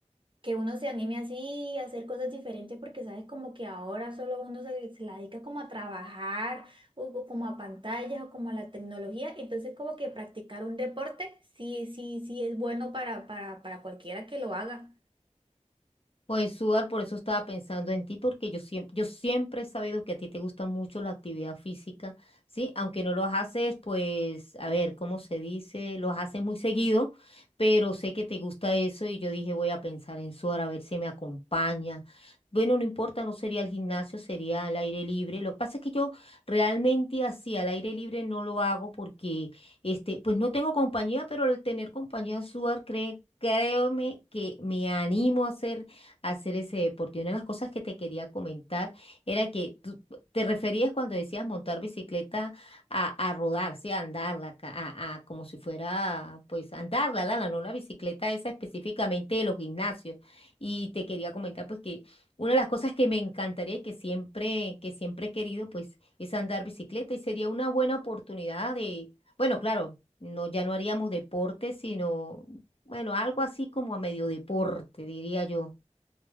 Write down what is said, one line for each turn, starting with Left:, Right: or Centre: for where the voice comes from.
Right: que uno se anime así a hacer cosas diferentes porque sabes como que ahora solo uno se, se la dedica como a trabajar o, o como a pantallas o como a la tecnología. Entonces como que practicar un deporte sí, sí, sí es bueno para, para, para cualquiera que lo haga.
Left: Pues, Suar, por eso estaba pensando en ti, porque yo siempre, yo siempre he sabido que a ti te gusta mucho la actividad física, ¿sí? Aunque no lo haces, pues, a ver, ¿cómo se dice? lo haces muy seguido, pero sé que te gusta eso y yo dije, voy a pensar en Suar, a ver si me acompaña. Bueno, no importa, no sería el gimnasio, sería al aire libre. Lo que pasa es que yo realmente así, al aire libre no lo hago porque, este, pues no tengo compañía, pero al tener compañía, Suar, cree, créeme que me animo a hacer hacer ese deporte. Y una de las cosas que te quería comentar era que tú te referías cuando decías montar bicicleta a, a rodar, sí, a andarla, ca- a, a como si fuera, pues, andarla, la, la, no la bicicleta esa específicamente de los gimnasios. Y te quería comentar, pues, que una de las cosas que me encantaría y que siempre, que siempre he querido, pues, es andar bicicleta y sería una buena oportunidad de, bueno, claro, no, ya no haríamos deporte, sino, bueno, algo así como a medio deporte, diría yo.